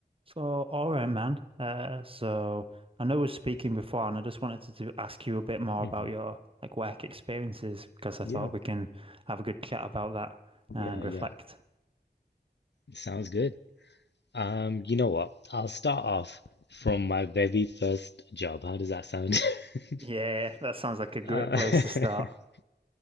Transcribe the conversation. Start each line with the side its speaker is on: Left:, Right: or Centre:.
Right: So, all right, man. Uh, so I know we are speaking before, and I just wanted to, to ask you a bit more
Left: Mhm.
Right: about your like work experiences because I
Left: Yeah,
Right: thought we can have a good chat about that and
Left: yeah, yeah.
Right: reflect.
Left: Sounds good. Um, you know what? I'll start off from my very first job. How does that sound? <laughs>
Right: Yeah, that sounds like a great
Left: Uh,
Right: place to start.
Left: <laughs>